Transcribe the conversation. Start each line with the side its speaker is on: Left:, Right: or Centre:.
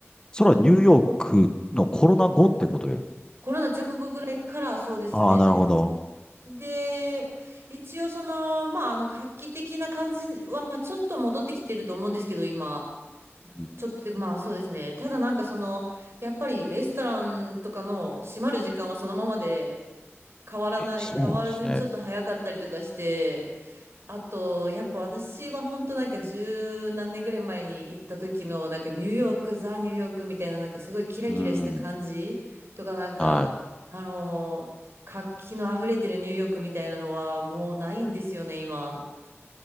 Left: それはニューヨークのコロナ後ってことで。
Right: コロナ直後ぐらいからそうですね。
Left: ああ、なるほど。
Right: で、一応その、まあ、あの、画期的な感じは、まあ、ちょっと戻ってきてると思うんですけど、今。
Left: うん
Right: ちょっとで、まあそうですね。ただなんかその、やっぱりレストランとかの閉まる時間はそのままで変わらない、
Left: え、そうなんですね。
Right: 変わらずにちょっと早かったりとかして、あと、やっぱ私は本当なんか十何年ぐらい前に行った時のなんかニューヨーク、ザ・ニューヨークみたいななんかすごいキラキラした感じとかなんか、
Left: うん。はい。
Right: あのー活気の溢れてるニューヨークみたいなのはもうないんですよね、今。